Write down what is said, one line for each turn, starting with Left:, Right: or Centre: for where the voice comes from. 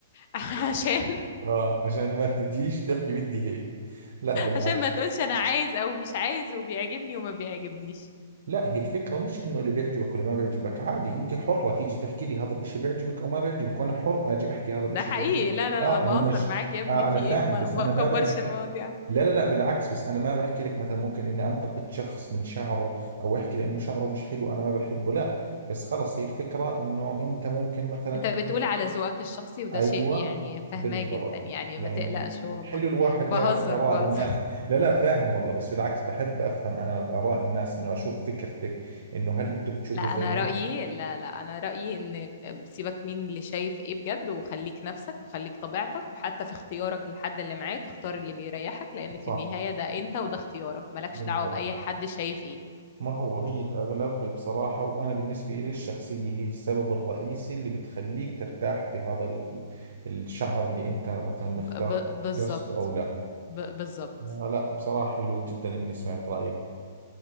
Left: <laughs> عشان
Right: اه عشان ما تجيش تحكي بدي هيك لا بالعكس
Left: عشان ما تقولش انا عايز او مش عايز وبيعجبني وما بيعجبنيش
Right: لا هي الفكرة مش انه اللي بيعجبك ولا ما بيعجبك عادي انت حرة تيجي تحكي لي هذا الاشي بيعجبك او ما بيعجبك وانا حر اجي احكي هذا
Left: ده
Right: الاشي
Left: حقيقي
Right: بيعجبك
Left: لا لا
Right: اه
Left: لا بهزر
Right: انا مش
Left: معاك يا ابني
Right: آه انا
Left: في
Right: فاهم
Left: ايه ما,
Right: بس
Left: ما
Right: انا
Left: تكبرش
Right: ما باجي ب-
Left: المواضيع
Right: لا لا لا بالعكس بس انا ما بحكي لك مثلا ممكن اني انتقد شخص من شعره او احكي لانه شعره مش حلو انا ما بحبه لا بس خلص هي الفكرة انه انت ممكن مثلا
Left: انت بتقول على ذوقك الشخصي وده
Right: ايوه
Left: شيء يعني
Right: بالضبط
Left: فاهماه جدا يعني
Right: يعني
Left: ما تقلقش والله
Right: حلو الواحد
Left: بهزر
Right: يعرف اراء
Left: بهزر
Right: الناس لا لا فاهم والله بس بالعكس بحب افهم انا اراء الناس انه اشوف فكرتك انه هل انتم بتشوفوا
Left: لا انا
Right: زينا
Left: رايي لا لا انا رايي ان آه، سيبك مين اللي شايف ايه بجد وخليك نفسك وخليك طبيعتك وحتى في اختيارك للحد اللي معاك اختار اللي بيريحك لان في
Right: صح
Left: النهايه ده انت وده اختيارك مالكش
Right: بالضبط
Left: دعوه باي حد شايف ايه
Right: ما هو هي الاغلب بصراحة وانا بالنسبة لي الشخصية هي السبب الرئيسي اللي بتخليك ترتاح في هذا ال- الشعر اللي انت مثلا
Left: ب-
Right: مختار
Left: ب- بالظبط
Right: قصده او لا
Left: ب- بالظبط
Right: آه لا بصراحة حلو جدا اني سمعت رايك